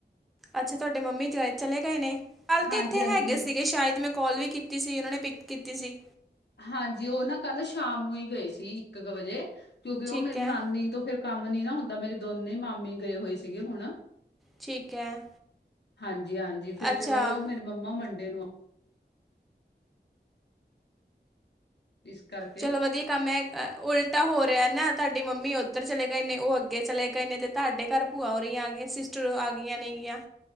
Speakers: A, in the centre; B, on the left.
A: ਅੱਛਾ ਤੁਹਾਡੇ ਮੰਮੀ ਚਲੇ ਗਏ ਨੇ, ਕੱਲ
B: ਹਾਂਜੀ
A: ਤੇ ਇੱਥੇ
B: ਹਾਂਜੀ
A: ਹੈਗੇ ਸੀਗੇ, ਸ਼ਾਇਦ ਮੈਂ ਕੋਲ ਵੀ ਕੀਤੀ ਸੀ। ਉਹਨਾਂ ਨੇ ਪਿਕ ਕੀਤੀ ਸੀ।
B: ਹਾਂਜੀ ਉਹ ਨਾ ਕੱਲ ਸ਼ਾਮ ਨੂੰ ਹੀ ਗਏ ਸੀ। ਇੱਕ ਕੁ ਵਜੇ ਕਿਉਂਕਿ,
A: ਠੀਕ
B: ਉਹ ਮੇਰੀ
A: ਹੈ
B: ਨਾਨੀ ਤੋਂ ਫੇਰ ਕੰਮ ਨੀ ਨਾ ਹੁੰਦਾ। ਮੇਰੇ ਦੋਨੇ ਮਾਮੀ ਗਏ ਹੋਏ ਸੀਗੇ ਹੁਣ।
A: ਠੀਕ ਹੈ।
B: ਹਾਂਜੀ-ਹਾਂਜੀ ਫੇਰ
A: ਅੱਛਾ
B: ਚਲੋ ਮੇਰੇ ਮੰਮਾ ਮੰਡੇ ਨੂੰ ਇਸ ਕਰਕੇ।
A: ਚਲੋ ਵਧੀਆ ਕੰਮ ਹੈ, ਉਲਟਾ ਹੋ ਰਿਹਾ ਨਾ ਤੁਾਡੀ ਮੰਮੀ ਉੱਧਰ ਚਲੇ ਗਏ ਨੇ, ਉਹ ਅੱਗੇ ਚਲੇ ਗਏ ਨੇ ਤੇ ਤਾਡੇ ਕੱਰ ਭੂਆ ਹੋਰੀ ਆਗੀਆਂ, ਸਿਸਟਰ ਆ ਗਈਆਂ ਨੇਗੀਆਂ।